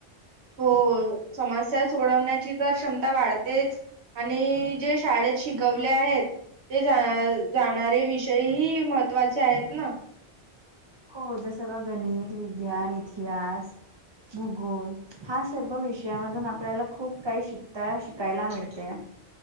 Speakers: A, on the right; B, on the right.
A: हो, समस्या सोडवण्याची तर क्षमता वाढ तेच आणि जे शाळेत शिकवले आहेत. ते जाणारे विष ते ही महत्वाचे आहेत ना?
B: हो जसं का गणित, विज्ञान, इतिहास ओ गाॅड! हा सर्व विषयामधून आपल्याला खूप काही शिकता शिकायला मिळतेय